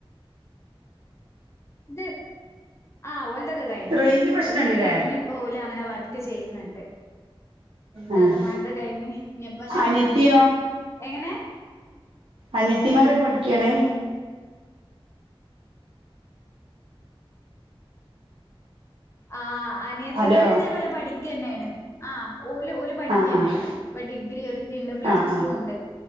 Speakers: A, on the left; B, on the right.
A: ഇത് ആഹ് ഓലതൊക്കെ കഴിഞ്ഞ്ണ്
B: റേഞ്ച് പ്രശ്നം
A: ഓലതൊക്കെ
B: ഉണ്ടല്ലേ
A: കഴിഞ്ഞ് പ്പൊ ഓലങ്ങനെ വർക്ക് ചെയ്യ്ന്ന്ണ്ട് താത്തമാര്ടെ
B: ആഹ്
A: കഴിഞ്ഞ് ഇനിപ്പ ഞാനാള്ളെ
B: അനിയത്തിയോ
A: എങ്ങനെ
B: അനിയത്തിമാരൊക്കെ പഠിക്ക്യാണ്
A: ആഹ് അനിയത്തിമാര്
B: ഹലോ
A: ഇതേപോലെ പഠിക്ക്യന്നേണ് ആഹ് ഓല് ഓല് പഠിക്ക്യന്നെണ്
B: ആഹ് ആഹ്
A: ഇപ്പൊ ഡിഗ്രി ഒരുത്തിണ്ട് പ്ലസ്
B: ആഹ്
A: ടു ണ്ട്